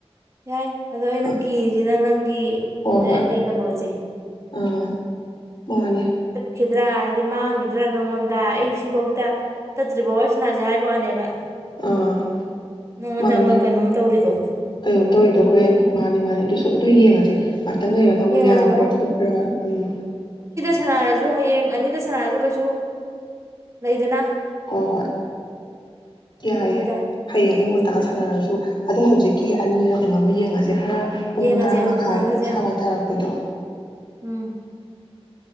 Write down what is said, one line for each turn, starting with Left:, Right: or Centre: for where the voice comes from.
Right: ꯌꯥꯏ ꯑꯗꯣ ꯑꯩꯅ
Left: ꯑ
Right: ꯀꯤꯔꯤꯁꯤꯅ ꯅꯪꯒꯤ
Left: ꯍꯣꯏ ꯍꯣꯏ
Right: ꯍꯥꯏꯗꯤ ꯀꯩꯅꯣꯖꯦ
Left: ꯑꯥ ꯃꯥꯅꯦ
Right: ꯇꯠꯈꯤꯗ꯭ꯔꯥ ꯍꯥꯏꯗꯤ ꯃꯥꯡꯈꯤꯗ꯭ꯔꯥ ꯅꯪꯉꯣꯟꯗ ꯑꯩ ꯁꯤꯐꯧꯇ ꯇꯠꯇ꯭ꯔꯤꯕꯥꯎ ꯋꯥꯔꯤ ꯁꯥꯟꯅꯁꯦ ꯍꯥꯏꯕꯥꯅꯦꯕ
Left: ꯑꯥ
Right: ꯅꯉꯣꯟꯗ
Left: ꯃꯥꯅꯦ
Right: ꯑꯃ ꯀꯩꯅꯣꯝ ꯇꯧꯔꯤꯗꯣ
Left: ꯀꯩꯅꯣꯝ ꯇꯧꯔꯤꯗꯣ ꯍꯣꯏ ꯃꯥꯅꯦ ꯃꯥꯅꯦ ꯑꯗꯨꯁꯨ ꯑꯗꯨ ꯌꯦꯡꯉꯁꯤ ꯉꯍꯥꯛꯇꯪ ꯂꯩꯔꯒ ꯑꯃꯨꯛ
Right: ꯌꯦꯡꯉꯁꯦ
Left: ꯌꯥꯕ꯭ꯔꯥ ꯈꯣꯠꯄ꯭ꯔꯥ ꯎꯝ
Right: ꯁꯥꯟꯅꯔꯖꯨ ꯍꯌꯦꯡ ꯑꯅꯤꯗ ꯁꯥꯟꯅꯔꯖꯨ ꯀꯩꯁꯨ ꯂꯩꯗꯅ
Left: ꯍꯣ ꯍꯣꯏ
Right: ꯑꯗꯨꯅꯤꯗ
Left: ꯌꯥꯏꯌꯦ ꯍꯌꯦꯡ ꯑꯌꯨꯛ ꯉꯟꯇꯥ
Right: ꯎꯝ
Left: ꯁꯥꯟꯅꯔꯁꯨ ꯑꯗꯣ ꯍꯧꯖꯤꯛꯀꯤ
Right: ꯎꯝ
Left: ꯑꯅꯤꯔ ꯀꯩꯅꯣꯝꯃ ꯌꯦꯡꯉ ꯁꯦ ꯈꯔ ꯄꯨꯡ
Right: ꯌꯦꯡꯉꯁꯦ
Left: ꯇꯔꯥ
Right: ꯑꯪ
Left: ꯃꯈꯥꯏ
Right: ꯁꯥꯟꯅꯒꯁꯦ
Left: ꯁꯥꯋꯥꯏ
Right: ꯑꯪ
Left: ꯇꯥꯔꯛꯄꯦꯗꫭ
Right: ꯎꯝ